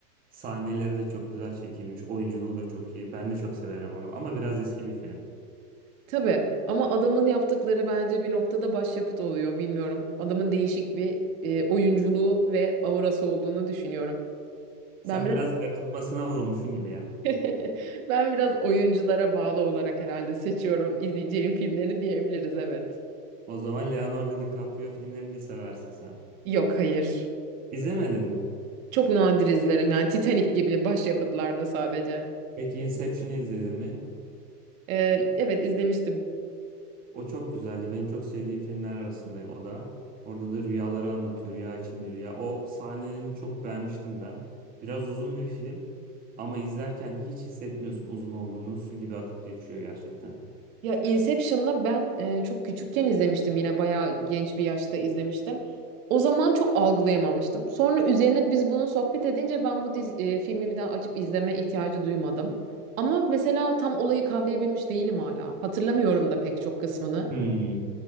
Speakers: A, on the right (about 20°); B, on the right (about 60°).
A: Sahneleri de çok güzel çekilmiş. Oyunculuğu da çok iyi. Ben de çok severim onu. Ama biraz eski bir film.
B: Tabii ama adamın yaptıkları bence bir noktada başyapıt oluyor bilmiyorum. Adamın değişik bir e, oyunculuğu ve aurası olduğunu düşünüyorum.
A: Sen
B: Ben biraz
A: biraz karizmasına vurulmuşsun gibi ya.
B: <laughs> Ben biraz oyunculara bağlı olarak herhalde seçiyorum izleyeceğim filmleri diyebiliriz evet.
A: O zaman Leonardo DiCaprio filmlerini de seversin sen.
B: Yok hayır.
A: İzlemedin mi?
B: Çok nadir izlerim yani Titanic gibi başyapıtlarda sadece.
A: Peki Inception'ı izledin mi?
B: Ee, evet izlemiştim.
A: O çok güzeldi. Benim çok sevdiğim filmler arasında o da. Orada da rüyaları anlatıyor. Rüya içinde rüya. O sahnelerini çok beğenmiştim ben. Biraz uzun bir film. Ama izlerken hiç hissetmiyorsun uzun olduğunu. Su gibi akıp geçiyor gerçekten.
B: Ya Inception'da ben e, çok küçükken izlemiştim yine bayağı genç bir yaşta izlemiştim. O zaman çok algılayamamıştım. Sonra üzerine biz bunu sohbet edince ben bu diz, e, filmi bir daha açıp izleme ihtiyacı duymadım. Ama mesela tam olayı kavrayabilmiş değilim hala. Hatırlamıyorum da pek çok kısmını.
A: Hmm.